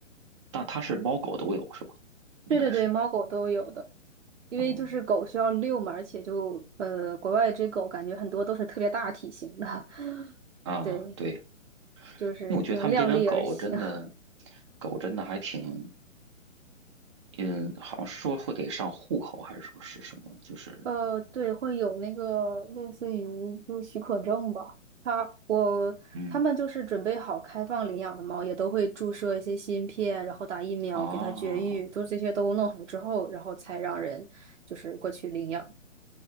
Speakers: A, on the right; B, on the right.
A: 但它是猫狗都有是吧？应该是，
B: 对对对，猫狗都有的，因为就是狗需要遛嘛，
A: 嗯
B: 而且就呃，国外这狗感觉很多都是特别大体型的，<laughs>
A: 啊，
B: 对。
A: 对。
B: 就是就量力而行。
A: 因为我觉得他们这边狗真的，
B: <laughs>
A: 狗真的还挺，嗯，好像说会给上户口，还是说是什么？就是，
B: 呃，对，会有那个类似于就是许可证吧。他我他们就是准备好开放领养的猫，
A: 嗯，
B: 也都会注射一些芯片，然后打疫苗给它绝育，
A: 啊，
B: 就这些都弄好之后，然后才让人就是过去领养。